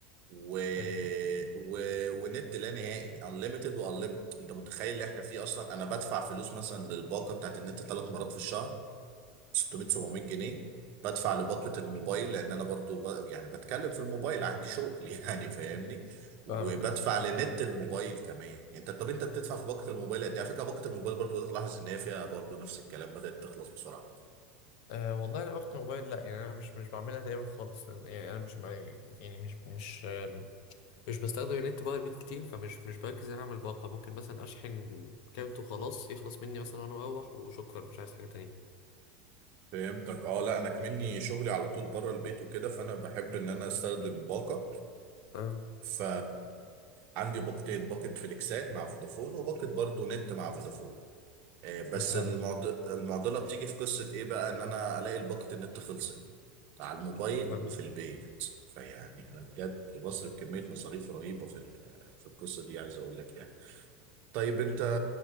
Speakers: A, on the right; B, on the left.
A: و...
B: حلو
A: و... ونت لا نهائي unlimited و unlimited انت متخيل اللي احنا فيه اصلا انا بدفع فلوس مثلا للباقة بتاعت النت ثلاث مرات في الشهر 600 700 جنيه بدفع لباقة الموبايل لان انا برضو ب... يعني بتكلم في الموبايل عندي شغل <laughs> يعني فاهمني وبدفع
B: فاهمك اه
A: لنت الموبايل كمان انت طب انت بتدفع في باقة الموبايل قد ايه على فكرة باقة الموبايل برضو بدأت الاحظ ان هي فيها برضو نفس الكلام بدأت تخلص بسرعة
B: آه، والله انا وقت الموبايل لا يعني انا مش مش بعملها دايما خالص يعني انا مش مع- يعني مش مش مش بستخدم النت بقى البيت كتير فمش مش بركز إن انا اعمل باقة ممكن مثلا اشحن كارت وخلاص يخلص مني مثلا وانا مروح وشكرا مش عايز حاجة تانية
A: فهمتك اه لا انا كمني شغلي على طول بره البيت وكده فانا بحب ان انا استخدم باقة
B: اه
A: ف عندي باقتين باقة فليكسات مع فودافون وباقة برضو نت مع فودافون آه، بس
B: فهمتك
A: المعض... المعضله بتيجي في قصه ايه بقى ان انا الاقي الباقه النت خلصت على الموبايل
B: فهمتك
A: وفي البيت فيعني انا بجد بصرف كميه مصاريف رهيبه في ال- في القصه دي عايز اقول لك يعني طيب انت